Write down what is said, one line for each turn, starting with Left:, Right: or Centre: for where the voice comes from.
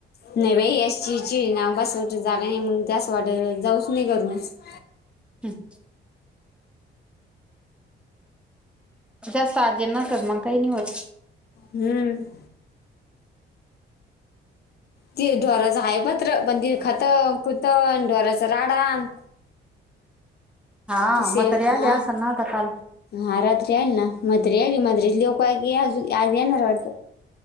Left: नाही बाई याचीची नाव बस वा जागा नाही मग जास वाट जाऊच नाही करून. <unintelligible>
Centre: हम्. जास्त अर्जंट नसतल मग काही नाही होत.
Left: हम्म. ते ढोराचं आहे पत्र पण ते खतं खुतं न ढोराचं राडा न
Centre: हा
Left: तसे
Centre: म्हातारी
Left: हा
Centre: आली असंन ना आता काल.
Left: हा रात्री आली ना मतारी आली मतारीची ल्योक आहे क अज आज येणार वाटतं.